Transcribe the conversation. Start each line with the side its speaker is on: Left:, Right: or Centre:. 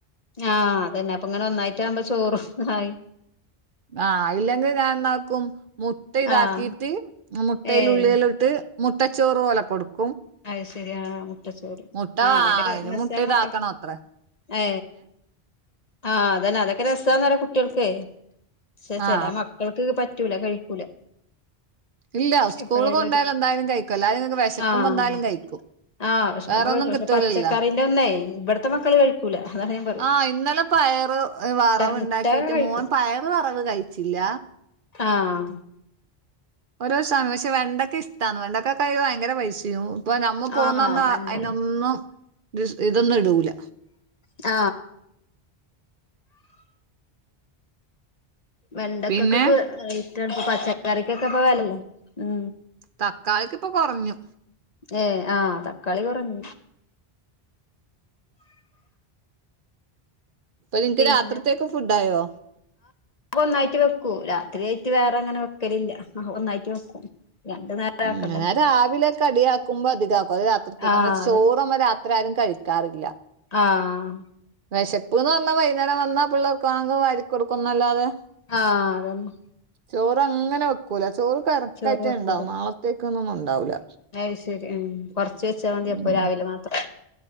Left: ആഹ് അതന്നെ അപ്പൊ ഇങ്ങനെ ഒന്നായിട്ട ആകുമ്പോ ചോറന്നായി
Right: ആഹ ഇല്ലെങ്കിൽ ഞാൻ എന്നാക്കും മുട്ട ഇതാക്കിട്ട്
Left: ആഹ്
Right: മുട്ടയില
Left: ഏഹ്
Right: ഉുള്ളില ഇട്ട് മുട്ടച്ചോറ് പോല കൊടുക്കും
Left: അത് ശരി ആ മുട്ടച്ചോറ്
Right: മുട്ട
Left: ആഹ
Right: വാ
Left: അതൊക്കെ
Right: അയിന്
Left: നെസാണ്
Right: മുട്ട ഇതാക്കണം
Left: നോക്ക
Right: അത്രേ
Left: ഏ ആഹ അതന്നെ അതൊക്കെ രസാന്നറ കുട്ടികൾക്ക് പക്ഷെ
Right: ആ
Left: ചില മ എനക്ക് പറ്റൂല കഴിക്കൂല
Right: ഇല്ല സ്കൂള്
Left: എപ്പഴേലൊരു
Right: കൊണ്ടായാല എന്തായാലും കഴിക്കും അ നിങ്ങക്ക് വിശക്കുംപ
Left: ആഹ്
Right: എന്തായാലും കഴിക്കും
Left: ആഹ് വെശക്കുമ്പോ
Right: വേറെൊന്നും
Left: കഴിക്കും പക്ഷെ
Right: കിട്ടലല്ല
Left: പച്ചക്കറിന്റെ ഒന്നേ ഇവിടത്തെ മക്കൾ കഴ ല്ല അ
Right: ആഹ്‌ ഇന്നലെ പയറ് വറവൂ
Left: മുട്ട
Right: ണ്ടാക്കിട്ട്
Left: കഴിക്കും
Right: മോൻ പയറ് വറവ് കഴിച്ചില്ല
Left: ആഹ്‌
Right: ഓരോ സമയം പക്ഷെ വെണ്ടൊക്കെ ഇഷ്ടന്ന് വെണ്ടക്കെയ് ഭയങ്കര പൈസയും ഇപ്പൊ നമ്മ പോകുന്നന്ന
Left: ആഹ് വെണ്ട
Right: അതിനതിനൊന്നും ഇ ഇതൊന്നും ഇടൂല
Left: ആ വെണ്ടക്കൊക്കെൊക്കെ
Right: പിന്നെ
Left: ഇഷ്ടാണ് ഇ പച്ചക്കറിക്കൊക്കെ ഇ വിലല്ലേ ഉ
Right: തക്കാളിക്ക് ഇപ്പൊ കുറഞ്ഞു
Left: ഏ ആ തക്കാളി കുറഞ്ഞ
Right: അപ്പൊ നിനക്ക്
Left: പിന്നെ
Right: രാത്രിത്തേക്ക് ഫുഡ് ആയോ
Left: അ ഒന്നായിട്ട് വെക്കൂ രാത്രിയയിട്ട് വേറെ അങ്ങനെ വെക്കലില്ല ഒന്നായിട്ട് വെക്കും രണ്ടു നേരം
Right: ഉ
Left: ആക്കണ്ടല്ലോ
Right: ഞാൻ രാവിലെ കടിയ ആക്കുമ്പോ അധിക ആക്കും അ രാത്രിത്തേക്ക്
Left: ആഹ്
Right: ചോറമ്മ അത്രാരും കഴിക്കാറില്ല
Left: ആഹ്‌
Right: വിശപ്പ്ന്ന് പറഞ്ഞ വൈകുന്നേരം വന്നാ പിള്ളേർക്ക് അങ്ങ് വാരികൊടുക്കുന്നല്ലാതെ
Left: ആഹ് അതന്നെ
Right: ചോറ് അങ്ങനെ വെക്കൂല ചോറ് കറക്റ്റായിട്ടേണ്ടാവും
Left: ചോറ് വെക്കൂല
Right: നാളത്തേക്കന്നൊന്നും ഉണ്ടാവൂല്ല
Left: അത് ശരിയാ കൊറച്ച് വെച്ചാ മതി അപ്പൊ
Right: ഉം
Left: രാവിലെ മാത്രം